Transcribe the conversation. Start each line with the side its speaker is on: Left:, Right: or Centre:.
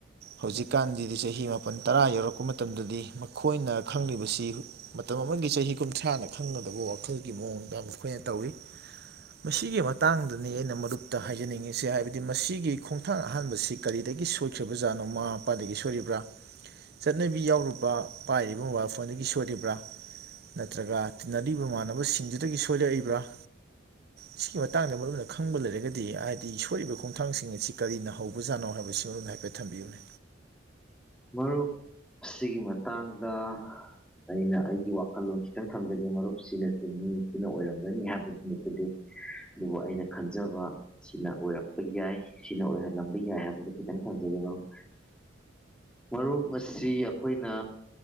Right: ꯍꯧꯖꯤꯛꯀꯥꯟꯒꯤꯗꯤ ꯆꯍꯤ ꯃꯥꯄꯜ ꯇꯔꯥ ꯌꯧꯔꯛꯄ ꯃꯇꯝꯗꯗꯤ ꯃꯈꯣꯏꯅ ꯈꯪꯂꯤꯕꯁꯤ ꯃꯇꯝ ꯑꯃꯒꯤ ꯆꯍꯤ ꯀꯨꯟꯊ꯭ꯔꯥꯅ ꯈꯪꯒꯗꯕ ꯋꯥꯈꯜꯒꯤ ꯃꯑꯣꯡꯗ ꯃꯈꯣꯏꯅ ꯇꯧꯋꯤ ꯃꯁꯤꯒꯤ ꯃꯇꯥꯡꯗꯅꯤ ꯑꯩꯅ ꯃꯔꯨꯞꯇ ꯍꯥꯏꯖꯅꯤꯡꯉꯤꯁꯦ ꯍꯥꯏꯕꯗꯤ ꯃꯁꯤꯒꯤ ꯈꯣꯡꯊꯥꯡ ꯑꯍꯥꯟꯕꯁꯤ ꯀꯔꯤꯗꯒꯤ ꯁꯣꯏꯈ꯭ꯔꯕꯖꯥꯠꯅꯣ ꯃꯃꯥ ꯃꯄꯥꯗꯒꯤ ꯁꯣꯏꯔꯤꯕ꯭ꯔꯥ ꯆꯠꯅꯕꯤ ꯌꯥꯎꯔꯨꯕ ꯄꯥꯏꯔꯤꯕ ꯃꯣꯕꯥꯏꯜ ꯐꯣꯟꯗꯒꯤ ꯁꯣꯏꯔꯤꯕ꯭ꯔꯥ ꯅꯠꯇ꯭ꯔꯒ ꯇꯤꯟꯅꯔꯤꯕ ꯃꯃꯅꯕꯁꯤꯡꯗꯨꯗꯒꯤ ꯁꯣꯏꯔꯛꯏꯕ꯭ꯔꯥ ꯁꯤꯒꯤ ꯃꯇꯥꯡꯗ ꯃꯔꯨꯞꯅ ꯈꯪꯕ ꯂꯩꯔꯒꯗꯤ ꯍꯥꯏꯗꯤ ꯁꯣꯏꯏꯔꯤꯕ ꯈꯣꯡꯊꯥꯡꯁꯤꯡ ꯑꯁꯤ ꯀꯔꯤꯅ ꯍꯧꯕꯖꯥꯅꯣ ꯥꯟꯅꯕꯝ ꯍꯥꯏꯐꯦꯠ ꯊꯝꯕꯤꯌꯨꯅꯦ
Centre: ꯃꯔꯨꯞ ꯁꯤꯒꯤ ꯃꯇꯥꯡꯗ ꯑꯩꯅ ꯑꯩꯒꯤ ꯋꯥꯈꯜꯂꯣꯟ ꯈꯤꯇꯪ ꯊꯝꯖꯒꯦ ꯃꯔꯨꯞꯁꯤꯅ ꯆꯨꯝꯃꯤ ꯁꯤꯅ ꯑꯣꯏꯔꯝꯒꯅꯤ ꯍꯥꯏꯕꯗꯨ ꯅꯆꯗꯦ ꯑꯗꯨꯕꯨ ꯑꯩꯅ ꯈꯟꯖꯕ ꯁꯤꯅ ꯑꯣꯏꯔꯛꯄ ꯌꯥꯏ ꯁꯤꯅ ꯑꯣꯏꯍꯜꯂꯝꯕ ꯌꯥꯏ ꯍꯥꯏꯕꯗꯨ ꯈꯤꯇꯪ ꯊꯝꯖꯒꯦ ꯃꯔꯨꯞ ꯃꯔꯨꯞ ꯃꯁꯤ ꯑꯩꯈꯣꯏꯅ